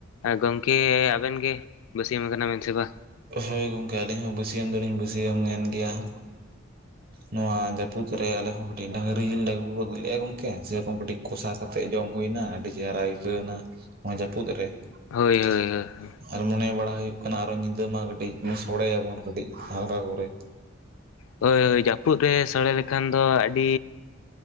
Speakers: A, on the left; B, on the right.
A: ᱜᱚᱝᱠᱮ ᱟᱵᱮᱱ ᱜᱮᱼᱼ ᱵᱟᱹᱥᱭᱟᱹᱢ ᱟᱠᱟᱱᱟ ᱵᱮᱱ ᱥᱮ ᱵᱟ?
B: ᱦᱳᱭ ᱜᱚᱝᱠᱮ ᱟᱹᱞᱤᱧ ᱦᱚᱸ ᱵᱟᱹᱥᱭᱟᱹᱢ ᱫᱚᱞᱤᱧ ᱵᱟᱹᱥᱭᱟᱹᱢ ᱮᱱ ᱜᱮᱭᱟ ᱾ ᱱᱚᱣᱟ ᱡᱟᱹᱯᱩᱫ ᱨᱮ ᱟᱞᱮᱦᱚᱸ ᱠᱟᱹᱴᱤᱡ ᱰᱟᱝᱨᱤ ᱡᱤᱞ ᱞᱮ ᱟᱹᱜᱩ ᱜᱚᱫ ᱞᱮᱫᱼᱟ ᱜᱚᱝᱠᱮ ᱥᱮᱨᱚᱠᱚᱢ ᱠᱟᱹᱴᱤᱡ ᱠᱚᱥᱟᱼᱼ ᱠᱟᱛᱮᱫ ᱡᱚᱢ ᱦᱩᱭᱱᱟ ᱟᱹᱰᱤ ᱪᱮᱦᱨᱟ ᱟᱹᱭᱠᱟᱹᱣ ᱮᱱᱟ ᱾ ᱱᱚᱣᱟ ᱡᱟᱹᱯᱩᱫ ᱨᱮ
A: ᱦᱳᱭ ᱦᱳᱭ
B: ᱾
A: ᱦᱳᱭ
B: ᱟᱨ ᱢᱚᱱᱮ ᱵᱟᱲᱟ ᱦᱩᱭᱩᱜᱼᱼ ᱟᱨᱚ ᱧᱤᱫᱟᱹ ᱢᱟ ᱠᱟᱹᱴᱤᱡ ᱥᱳᱲᱮ ᱭᱟᱵᱚᱱ ᱠᱟᱹᱴᱤᱡ ᱦᱟᱞᱠᱟ ᱠᱚᱨᱮ ᱾
A: ᱦᱳᱭ ᱦᱳᱭ ᱡᱟᱹᱯᱩᱫ ᱨᱮ ᱥᱳᱲᱮ ᱞᱮᱠᱷᱟᱱ ᱫᱚ ᱟᱹᱰᱤ